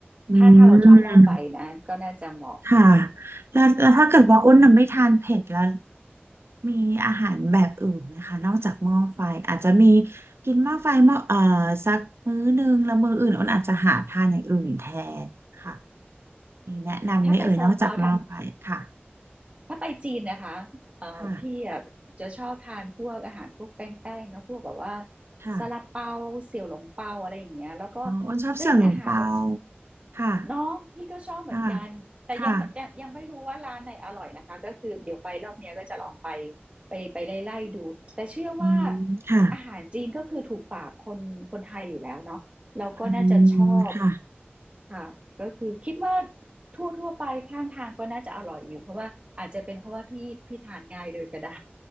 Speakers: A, on the right (about 80°); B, on the right (about 30°).
A: อื
B: ถ้าถ้าเราชอบหม้อไฟนะก็น่าจะเหมาะ
A: มค่ะแล้วแล้วถ้าเกิดว่าอ้นน่ะไม่ทานเผ็ดแล้ว มีอาหารแบบอื่นไหมคะนอกจากหม้อไฟอาจจะมีกินหม้อไฟหม้อเอ่อสักมื้อหนึ่งแล้วมื้ออื่นอ้นอาจจะหาทานอย่างอื่นแทนค่ะมีแนะนำไหมเอ่ยนอกจากหม้อไฟค่ะ
B: ถ้าไปสลับเออถ้า ถ้าไปจีนนะคะเอ่อพี่อะจะชอบทานพวกอาหารพวกแป้งๆเนาะพวกแบบว่า
A: ค่ะค่ะ
B: ซาลาเปาเสี่ยวหลงเปาอะไรอย่างเงี้ยแล้วก็
A: อ๋ออ้นชอบเสี่ยวหลงเปา
B: ซึ่งอาหารแบบ
A: ค่ะ
B: เนาะพี่ก็ชอบเหมือนกันแต่ยังยังยังไม่รู้ว่าร้านไหนอร่อยนะคะก็คือเดี๋ยวไปรอบเนี้ยก็จะลองไป
A: ค่ะค่ะ
B: ไปไปไล่ไล่ดูแต่เชื่อว่า
A: อืมค่ะ
B: อาหารจีนก็คือถูกปากคนคนไทยอยู่แล้วเนาะเราก็น่าจะชอบ
A: อืมค่ะ
B: ค่ะก็คือคิดว่าทั่วทั่วไปข้างทางก็น่าจะอร่อยอยู่เพราะว่าอาจจะเป็นเพราะว่าพี่พี่ทานง่ายเลยก็ได้